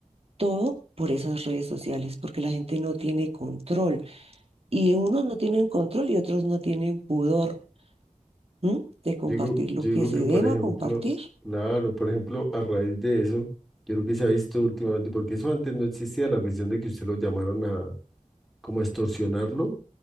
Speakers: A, on the right; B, in the centre.
A: todo por esas redes sociales, porque la gente no tiene control y unos no tienen control y otros no tienen pudor, ¿m? de compartir
B: Yo digo,
A: lo
B: yo digo
A: que se
B: que, por
A: deba
B: ejemplo,
A: compartir.
B: claro, por ejemplo, a raíz de eso, yo creo que se ha visto últimamente, porque eso antes no existía, la cuestión de que usted lo llamaran a como a extorsionarlo,